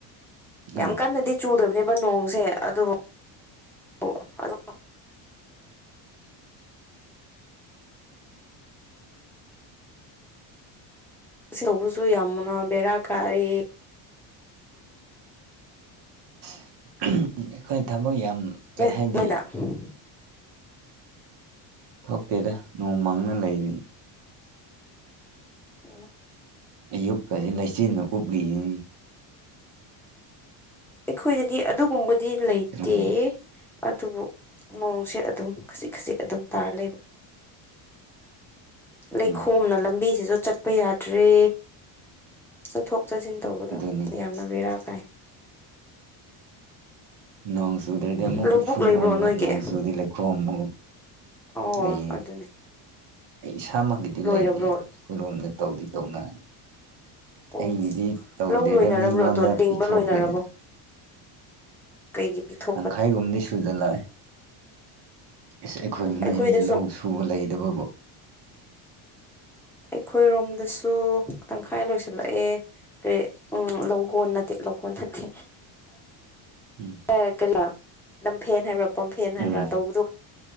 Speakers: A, on the right (about 50°); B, in the centre.
A: ꯑꯥ
B: ꯌꯥꯝ ꯀꯟꯅꯗꯤ ꯆꯨꯗꯕꯅꯦꯕ ꯅꯣꯡꯖꯦ ꯑꯗꯣ ꯑꯣ ꯑꯗꯨꯗꯣ <unintelligible> ꯇꯧꯕꯁꯨ ꯌꯥꯝꯅ ꯕꯦꯔꯥ ꯀꯥꯔꯦ
A: <unintelligible> ꯑꯩꯈꯣꯏ ꯊꯕꯛ ꯌꯥꯝ
B: <unintelligible>
A: ꯀꯩ ꯍꯥꯏꯗꯤ ꯊꯣꯛꯇꯦꯗ ꯅꯣꯡꯃꯪꯅ ꯂꯩꯔꯤꯅꯤ
B: ꯑꯣ
A: ꯑꯌꯨꯛꯀꯖꯤ ꯂꯩꯆꯤꯟꯅ ꯎꯞꯂꯤꯌꯦ
B: ꯑꯩꯈꯣꯏꯗꯗꯤ ꯑꯗꯨꯒꯨꯝꯕꯗꯤ ꯂꯩꯇꯦ
A: ꯀꯔꯝ
B: ꯑꯗꯨꯕꯨ ꯅꯣꯡꯁꯦ ꯑꯗꯨꯝ ꯈꯖꯤꯛ ꯈꯖꯤꯛ ꯑꯗꯨꯝ ꯇꯥꯔ ꯂꯩꯕ ꯂꯩꯈꯣꯝꯅ
A: ꯎꯝ
B: ꯂꯝꯕꯤꯁꯤꯁꯨ ꯆꯠꯄ ꯌꯥꯗ꯭ꯔꯦ ꯆꯠꯊꯣꯛ ꯆꯠꯁꯤꯟ ꯇꯧꯕꯗ
A: ꯑꯗꯨꯅꯤ
B: ꯌꯥꯝꯅ ꯕꯦꯔꯥ ꯀꯥꯏ
A: ꯅꯣꯡ ꯆꯨꯗ꯭ꯔꯗꯤ ꯑꯃꯨꯛ
B: ꯂꯧꯕꯨꯛ
A: ꯎꯐꯨꯟ
B: ꯂꯩꯕ꯭ꯔꯣ
A: ꯑꯣꯟꯕ
B: ꯅꯣꯏꯒꯤ
A: ꯅꯣꯡ ꯆꯨꯗꯤ ꯂꯩꯈꯣꯝ ꯑꯃꯨꯛ
B: ꯑꯣ
A: ꯂꯩꯌꯦ
B: ꯑꯗꯨꯅꯦ
A: ꯑꯩ ꯏꯁꯥꯃꯛꯀꯤꯗꯤ
B: ꯂꯣꯏꯔꯕ꯭ꯔꯣ
A: ꯂꯩꯇꯦ ꯑꯩꯈꯣꯏꯔꯣꯝꯗ ꯇꯧꯗꯤ ꯇꯧꯅ
B: ꯑꯣꯍꯣ
A: ꯑꯩꯒꯤꯗꯤ ꯇꯧꯗꯦꯗ
B: ꯂꯧ ꯂꯣꯏꯅꯔꯕ꯭ꯔꯣ
A: ꯃꯤꯉꯣꯟꯗ
B: ꯑꯗꯣ ꯂꯤꯡꯕ
A: ꯄꯤꯊꯣꯛꯈ꯭ꯔꯦꯗ
B: ꯂꯣꯏꯅꯔꯕꯣ ꯀꯩꯒꯤ ꯄꯤꯊꯣꯛ
A: ꯇꯪꯈꯥꯏꯒꯨꯝꯕꯗꯤ ꯁꯨꯖ ꯂꯥꯛꯑꯦ ꯑꯁ ꯑꯩꯈꯣꯏ
B: ꯑꯣ
A: ꯃꯥ
B: ꯑꯩꯈꯣꯏꯗꯁꯨ
A: ꯑꯩꯅ ꯂꯧ ꯁꯨꯕ ꯂꯩꯗꯨꯕꯨꯕꯨ
B: ꯑꯩꯈꯣꯏ ꯔꯣꯝꯗꯁꯨ ꯇꯪꯈꯥꯏ ꯂꯣꯏꯁꯜꯂꯛꯑꯦ ꯀꯔꯤ ꯎꯝ ꯂꯧꯍꯣꯟ ꯅꯠꯇꯦ ꯂꯧꯍꯣꯟ ꯅꯠꯇꯦ
A: ꯎꯝ
B: ꯑ ꯀꯔꯤꯂꯥ ꯂꯝꯐꯦꯟ ꯍꯥꯏꯕ꯭ꯔꯥ ꯄꯝꯐꯦꯟ ꯍꯥꯏꯕ꯭ꯔꯥ
A: ꯎꯝ
B: ꯇꯧꯕꯗꯣ